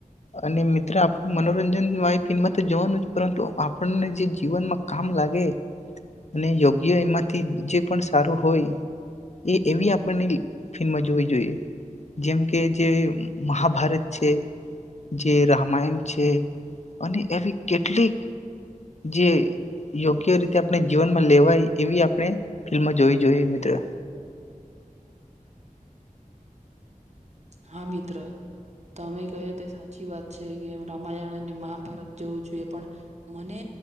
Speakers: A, on the left (about 50°); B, on the right (about 50°).
A: અને મિત્ર આપણે મનોરંજન વાળી ફિલ્મમાં તો જોવાનું પરંતુ આપણને જે જીવનમાં કામ લાગે અને યોગ્ય એમાંથી જે જે પન સારું હોય એ એવી આપણને ફિલ્મમાં જોવી જોઈએ જેમ કે જે મહાભારત છે જે રામાયણ છે અને એવી કેટલીક જે યોગ્ય રીતે આપણે જીવનમાં લેવાય એવી આપણે ફિલ્મ જોવી જોઈએ મિત્ર
B: હા મિત્ર તમે કહ્યું તે સાચી વાત છે કેમ રામાયણ અને મહાભારત જવું જોઈએ પણ મને